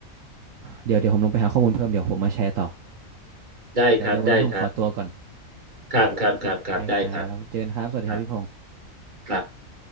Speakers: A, on the right (about 70°); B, on the right (about 35°).
A: เดี๋ยวเดี๋ยวผมลงไปหาข้อมูลเพิ่มเดี๋ยวผมมาแชร์ต่อ
B: ได้ครับ
A: เดี๋ยวเดี๋ยววันนี้ผมขอตัวก่อน
B: ได้ครับครับครับครับครับได้ครับ
A: ได้ครับเจอกันครับสวัสดีครับพี่พงษ์
B: ครับครับ